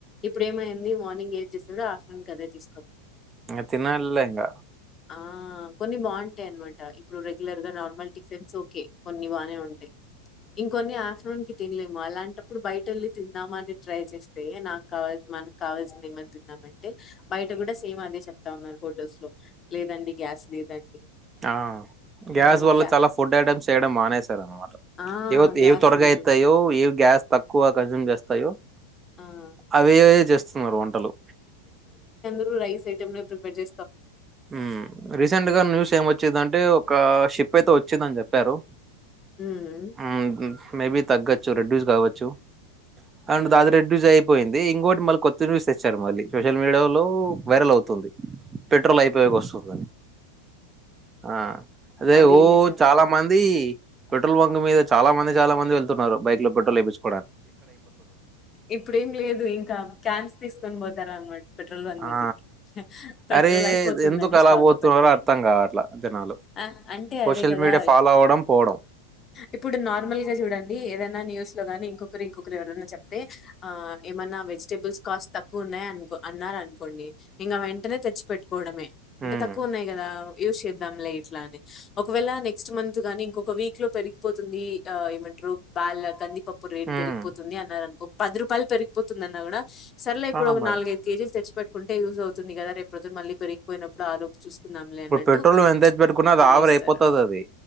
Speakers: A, on the left; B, on the right.
A: ఇప్పుడు ఏమైం ది మార్నింగ్ ఏది చేస్తదో ఆఫ్టేర్నూన్ కి కదే జేస్త
B: తినాలేఇంగా
A: ఆ! కొన్ని బాగుంటాయి అనమాట ఇప్పుడు రెగ్యులర్ గా నార్మల్ టిఫిన్స్ ఓకే కొన్ని బానే ఉంటాయి ఇంకొన్ని ఆఫ్టర్నూన్ కి తినలేము అలాంటప్పుడు బయటెళ్ళి తిందామనిట్రై చేస్తే నాకు కా మన కావాల్సింది ఏమ తిందాం అంటే బయట కూడా సేమ్ అదే చెప్తా ఉన్నారు హోటల్స్ లో లేదండి గ్యాస్ లేదండి
B: ఆ గ్యాస్
A: ఆహ్,
B: వల్ల
A: గ్యా
B: చాలా ఫుడ్ ఐటమ్స్ చేయడం మానేసారు అనమాట
A: ఆ!
B: ఏవ
A: గ్యాస్
B: ఏవి త్వరగా
A: లేదు.
B: అయితాయో ఏవి గ్యాస్ తక్కువ కన్సూమ్ చేస్తాయో
A: ఆ!
B: అవే
A: హ్మ్.
B: చేస్తున్నరు వంటలు
A: ప్పుడు రైస్ఐటమనే ప్రీపేర్ చే
B: ఉమ్ రీసెంట్ గా న్యూస్ ఏం వచ్చిదింటే ఒక షిప్ అయితే వచ్చిందని చెప్పారు
A: హ్మ్.
B: ఆ మేబి తగ్గచ్చు రెడ్యూస్ కావచ్చు అండ్
A: హ్మ్.
B: దాది రెడ్యూజయి పోయింది ఇంగోటి మళ్ళీ కొత్త న్యూస్ తెచ్చారు మళ్ళీ సోషల్ మీడియా లో వైరల్ అవుతుంది పెట్రోల్ అయిపోయకవస్తుంది అని ఆ అదే
A: అది
B: ఓ
A: నిజం.
B: చాల మం ది పెట్రోల్ బంక్ల మీద చాలా మంది చాలా మంది వెళ్తున్నారు బైక్ల పెట్రోల్ ఎపించు
A: ఇప్పుడేం లేదు ఇంకా క్యాన్స్ తీసుకొని పోతారనమా పెట్రోల్ బంక్
B: ఆ!
A: దగ్గరికి పెట్రోల్
B: అరే!
A: అయిపోతుందని
B: ఎందుకు అలా
A: స్టాక్
B: పోతున్నారో
A: గా పెట్టుకోనింకి
B: అర్థం గావట్ల జనాలు.
A: అ అంటే
B: సోషల్
A: అదే కదా
B: మీడియా ఫాలో అవ్వడం, పోవడం.
A: ఇప్పుడు నార్మల్గా చూడండి ఏదైనా న్యూస్ లో కాని ఇంకొ కరు ఇంకుకరి ఎవరన్నా చెప్తే ఆ ఏమన్నా వెజిటెబుల్స్ కాస్ట్ తక్కువ ఉన్నాయను కో అన్నారు అనుకోండి ఇంకా వెంటనే తెచ్చి పెట్టుకోవడమే అంటే
B: హ్మ్.
A: తక్కువ ఉన్నాయి కదా యూజ్ చేద్దాంలే ఇట్లా అని ఒక వేళ నెక్స్ట్ మంత్ గాని ఇంకొక వీక్ లో పెరిగిపోతుంది ఆ ఏమంటారు బాల్ కందిపప్పు రే
B: హ్మ్.
A: పెరిగిపోతుంది అన్నారునుకో పది రూపాయలు పెరిగిపోతుంది అన్నా కూడా సరలే ఇప్పుడు
B: ఆ!
A: ఒక
B: మరి.
A: నాలుగైదు కేజీలు తెచ్చిపెట్ కుంటే యూస్ అవుతుందిగ రేపు పొద్దన మళ్ళి పెరిగిపోయినప్పుడు ఆప్ కుందంలే
B: ఇప్పుడు
A: అన్నట్టు
B: పెట్రోల్ ఎంత తెచ్చి పెట్టుకున్నా అది
A: కొనేస్తరు
B: ఆవిరి అయిపోతది అది